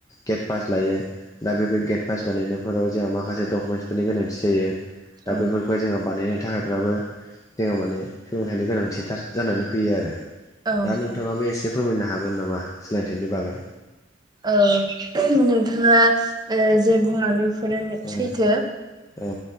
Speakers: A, on the left; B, on the right.
A: गेट पास लायो दा बेफोर गेट पास बानायनायफोराव जोंहा माखासे डकुमेन्टसफोरनि गोनांथि जायो
B: औ
A: दा बेफोर ओमफ्राय जोंहा बानायनो थाखायफ्राबो जोंहा माने सोलोंथाइनि गोनांथिथार जानानै फैयो आरो।
B: औ
A: दा नोंथाङाबो एसे फोरमायनो हागोन नामा सोलोंथाइनि बागै
B: ओ नोंथाङा ओ जे बुंलांदों बेफोरो
A: औ
B: सैथो
A: औ